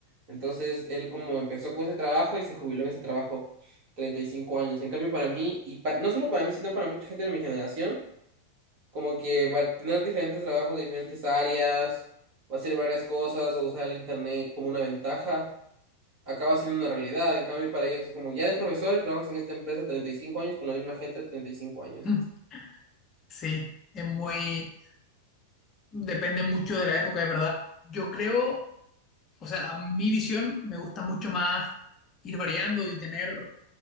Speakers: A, on the right (about 45°); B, on the left (about 30°).
A: Entonces, él como empezó con ese trabajo y se jubiló en ese trabajo 35 años. En cambio, para mí, y pa- no solo para mí, sino para mucha gente de mi generación, como que va- a tener diferentes trabajos, diferentes áreas, va a hacer varias cosas o usar el internet como una ventaja acaba siendo una realidad. En cambio, para ellos es como, ya eres profesor y trabajas en esta empresa treinta y cinco años con la misma gente de 35 años.
B: mm, sí, es muy. Depende mucho de la época, es verdad. Yo creo, o sea, a mi visión me gusta mucho más ir variando y tener